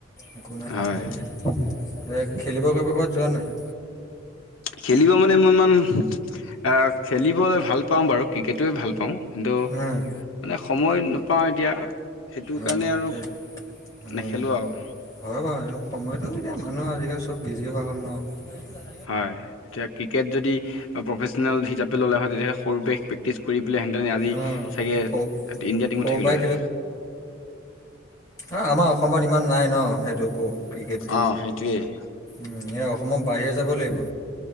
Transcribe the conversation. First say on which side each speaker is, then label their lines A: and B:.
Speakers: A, on the left; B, on the left.
A: একো নাই
B: হয়
A: হেৰি এই খেলিব কৰিব' ক'ৰবাত যোৱা নাই?
B: খেলিব মানে মই ইমান আ খেলিবলৈ ভাল পাওঁ বাৰু ক্ৰিকেটোৱে ভাল পাওঁ। কিন্তু মানে
A: উম
B: সময় নাপাওঁ এতিয়া সেইটো
A: অঁ
B: কাৰণে আৰু
A: তে উম
B: নেখেলো আৰু।
A: হয় বাৰু আৰু সময়টো এতিয়া মানুহ আজিকালি চব বিজি হোৱা হ'ল ন।
B: হয় এতিয়া ক্ৰিকেট যদি প্ৰফেচনেল হিচাপে ল'লে হয় তেতিয়াহলে সৰু প্ৰে প্ৰেক্টিচ কৰি পেলাই হেহঁতে আজি
A: অঁ
B: চাগে
A: সৰু
B: ইণ্ডিয়া টিমত
A: সৰুৰ
B: থাকিলো
A: পৰাই
B: হয়।
A: অ আমাৰ অসমত ইমান নাই ন সেইটো ক ক্ৰিকেট।
B: অঁ সেইটোৱেই।
A: উম এই অসমৰ বাহিৰে যাব লাগিব।